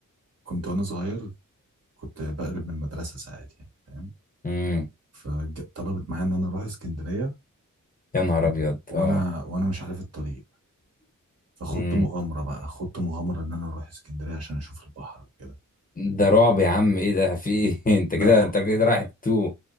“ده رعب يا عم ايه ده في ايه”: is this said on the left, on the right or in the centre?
Left